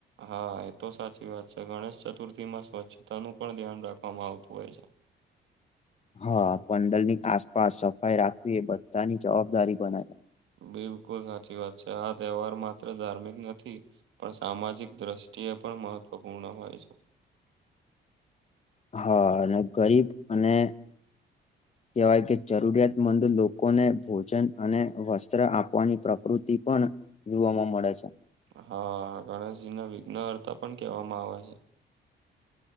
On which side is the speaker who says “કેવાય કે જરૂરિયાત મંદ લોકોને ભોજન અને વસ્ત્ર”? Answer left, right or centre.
Left